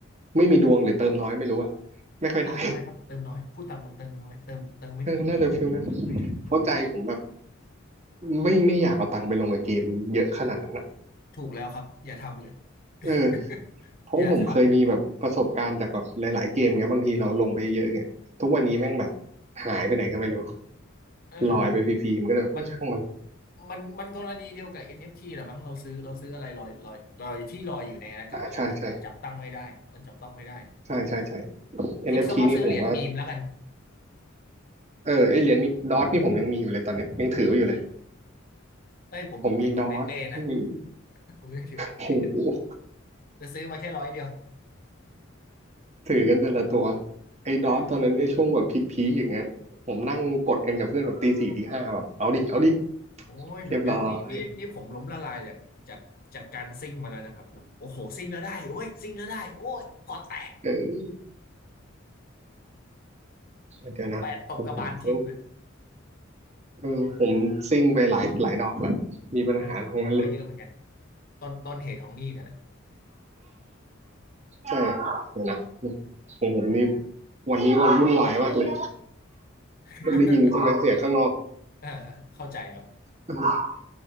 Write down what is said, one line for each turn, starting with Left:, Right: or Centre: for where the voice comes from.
Right: ไม่มีดวงหรือเติมน้อยไม่รู้อะไม่ค่อยได้
Left: เติมน้อยครับเติมน้อยพูดตามตรงเติมน้อยเติมเติมไม่ถึง
Right: <laughs> เออน่าจะฟิลนั้นนะเพราะใจผมแบบ
Left: เติมไม่ถึงเติมไม่ถึง
Right: ไม่ไม่อยากเอาตังค์ไปลงกับเกมเยอะขนาดนั้นนะ
Left: ถูกแล้วครับอย่าทำเลย <laughs>
Right: เออเพราะว่าผมเคยมีแบบประสบการณ์จากแบบหลายๆเกมเงี้ยบางทีเราลงไปเยอะๆเงี้ยทุกวันนี้แม่งแบบ
Left: อย่าทำเลย
Right: หายไปไหนก็ไม่รู้
Left: เออ
Right: ลอยไปฟรีๆมันก็เลยเออช่างมัน
Left: มันมันมันกรณีเดียวกับ NFT แหละมั้งเราซื้อเราซื้ออะไรลอยลอยลอยที่ลอยอยู่ในอากาศก็ไม่รู้มันจับตั้งไม่ได้มันจับต้องไม่ได้
Right: อ่าใช่ใช่ใช่ใช่ใช่ NFT
Left: คิดซะว่าซื้อเหรียญมีมแล้วกัน
Right: นเอฟทีนี่ผมก็เออไอเหรียญมีดอทนี่ผมยังมีอยู่เลยตอนเนี้ยยังถือไว้อยู่เลย
Left: เอ้ยผมผมยังถือเป้ๆนะ
Right: ผมมีดอทมี
Left: <laughs> ผมยังถือเป้ๆนะ
Right: โห
Left: แตซื้อมาแค่ร้อยเดียว
Right: ถือกันแต่ละตัวไอ้ดอทตอนนั้นไอ้ช่วงแบบพีคๆอย่างเงี้ยผมนั่งกดกันกับเพื่อนแบบตีสี่ตีห้าแบบเอาดิเอาดิ
Left: เออโอ้ยเหมือนกันนี่นี่นี่ผมล้มละลายจากจากจากการซิ่งมาแล้วนะครับแบบโอ้โหซิ่งแล้วได้โอ้ยซิ่งแล้วได้โอ้ยพอแตก
Right: เรียบร้อยเออเดี๋ยวนะผมผมก็
Left: แปดตบกระบาลทิ่มเลย
Right: เออผมซิ่งไปหลายหลายดอกแล้วมีปัญหาทั้งนั้นเลย
Left: เออผมผมก็เยอะเหมือนกันต้นต้นเหตุของหนี้นั่นแหละ
Right: ใช่เดี๋ยวนะของผมนี่วันนี้วันวุ่นวายมากเลย
Left: <laughs>
Right: ได้ยินใช่ไหมเสียงข้างนอก
Left: อ่าเข้าใจครับ
Right: เออ